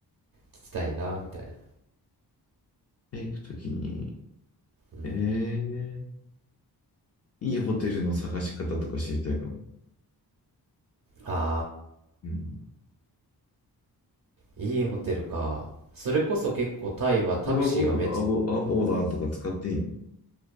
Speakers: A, on the right; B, on the left.
A: 聞きたいな、みたいな。
B: タイ行くときに、
A: うん。
B: えー、いいホテルの探し方とか知りたいかも。
A: あ
B: うん。
A: ー、いいホテルか。それこそ結構タイはタクシーがめっち
B: シバゴとかアボ、アボーダーとか使っていいの